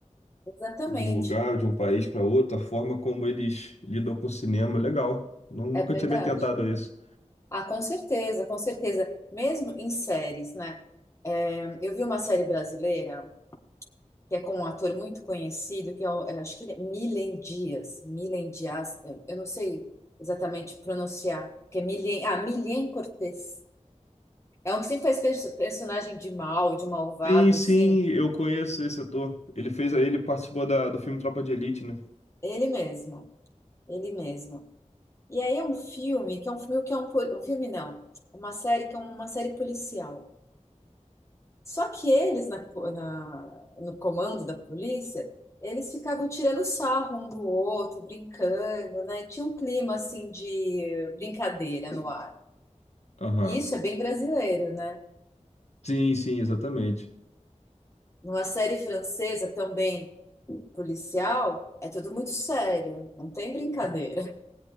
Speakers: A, on the left (about 20°); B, on the left (about 60°).
A: Exatamente,
B: de um lugar, de um país para outro, a forma como eles lidam com o cinema, é legal. Nu- Nunca
A: é verdade.
B: tinha me atentado a isso.
A: Ah, com certeza, com certeza. Mesmo em séries, né? É, eu vi uma série brasileira que é com um ator muito conhecido, que é, o- é, acho que ele é Milen Dias. Milen Dias, é, eu não sei exatamente pronunciar, que é Milen, ah, Milen Cortez. É um que sempre faz perso- personagem de mal, de malvado,
B: Sim,
A: assim.
B: sim, eu conheço esse ator. Ele fez, ele participou da, do filme Tropa de Elite, né?
A: Ele mesmo, ele mesmo. E aí é um filme, que é um filme que é um, pol- um filme não, uma série que é uma série policial. Só que eles, na, na- no comando da polícia, eles ficavam tirando sarro um do outro, brincando, né? Tinha um clima, assim, de brincadeira no ar.
B: Aham.
A: E isso é bem brasileiro, né?
B: Sim, sim, exatamente.
A: Numa série francesa também, policial, é tudo muito sério, não tem brincadeira.